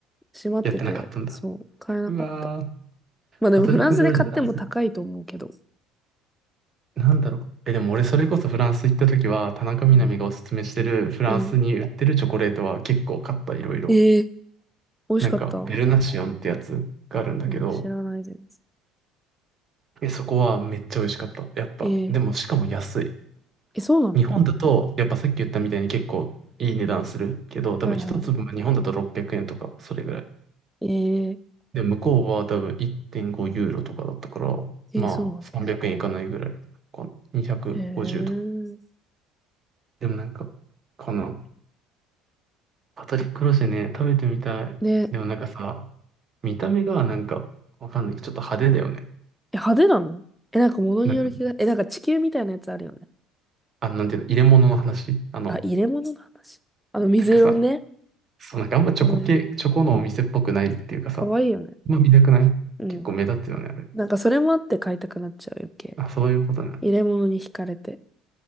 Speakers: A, in the centre; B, on the right.
A: 閉まってて、
B: やってなかったんだ。
A: そう、買えなかった。
B: うわー。
A: まあでもフランスで買っても高いと思うけど。
B: パトリック・ジョージだ。なんだろう。え、でも俺それこそフランス行った時は、田中みな実がおすすめしてるフランスに売ってるチョコレートは結構買った、
A: うん。うん
B: いろいろ。
A: ええ美味しかった。
B: なんか、
A: う
B: ベルナシオンってやつがあるんだけど、
A: ん、知らないです。
B: え、そこはめっちゃ美味しかった。やっぱ。
A: ええ
B: でも、しかも安い。
A: え、そうなの
B: 日本だと、やっぱさっき言ったみたいに結構いい値段するけど、多分一粒が日本だと600円とか、
A: はいは
B: それぐらい。
A: い。ええ
B: で、向こうは多分1.5ユーロとかだったから、
A: ええそうなんだ。
B: まあ300円いかないぐらいかな。250とか。
A: へえ。
B: でもなんか、このパトリック・ロシェね、食べてみたい。
A: で、
B: でもなんかさ、見た目がなんか、わかんない。ちょっと派手だよね。
A: え、派手なのえ、なんか物による気が、
B: なんか、
A: え、なんか地球みたいなやつあるよね。
B: あ、なんていうの、入れ物の話。あの、
A: あ、入れ物の話。あの、水色のね。
B: なんかさ、そう、なんかあんまチョコ系、
A: あ、
B: チョコのお店っぽくないっていうかさ、
A: かわいいよね。
B: まあ見たくない結構目立つよね、
A: うん。
B: あれ。
A: なんかそれもあって買いたくなっちゃう余計。
B: あ、そういうことね。
A: 入れ物に惹かれて。